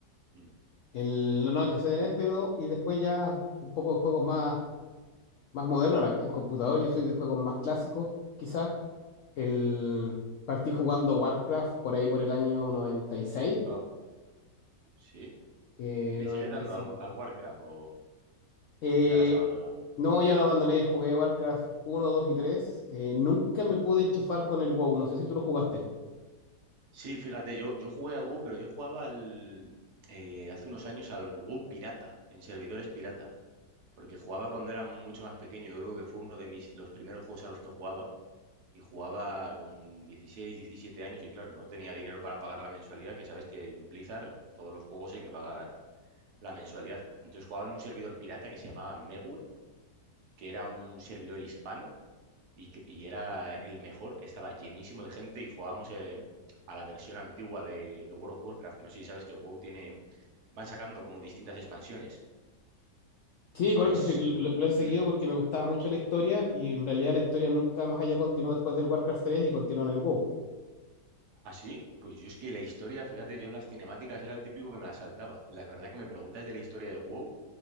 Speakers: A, on the right; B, on the left.
A: Mm.
B: El no, que se a pero y después ya un poco de juegos más, más modernos. Ahora, en computador yo soy de juegos más clásicos, quizás. El, partí jugando Warcraft por ahí por el año 96,
A: Onda. ¿Sí?
B: eh,
A: ¿Y le
B: 95.
A: sigues dando al, al Warcraft o,
B: Eh,
A: o ya la has abandonado?
B: no, ya lo abandoné, jugué Warcraft uno dos y tres Eh, nunca me pude enchufar con el WoW, no sé si tú lo jugaste.
A: Sí, fíjate, yo, yo jugué algo, pero yo jugaba al, eh, hace unos años al WoW pirata, en servidores pirata, porque jugaba cuando era mucho más pequeño. Yo creo que fue uno de mis, los primeros juegos a los que jugaba y jugaba con 16 17 años y claro, no tenía dinero para pagar la mensualidad, que sabes que en Blizzard todos los juegos hay que pagar la mensualidad. Entonces jugaba en un servidor pirata que se llamaba Megwet, que era un servidor hispano y, que- y era el mejor, estaba llenísimo de gente y jugábamos eh, a la versión antigua de, de World of Warcraft, que no sé si sabes que WoW tiene, van sacando como distintas expansiones.
B: Sí,
A: Pues...
B: correcto, sí, lo, lo he seguido
A: mm,
B: porque me gustaba mucho la historia y en realidad la historia nunca más allá continuó después del Warcraft tres y continuó en el WoW.
A: ¿Así? Pues yo es que la historia, fíjate, yo las cinemáticas era el típico que me las saltaba. La verdad que me preguntas de la historia de WoW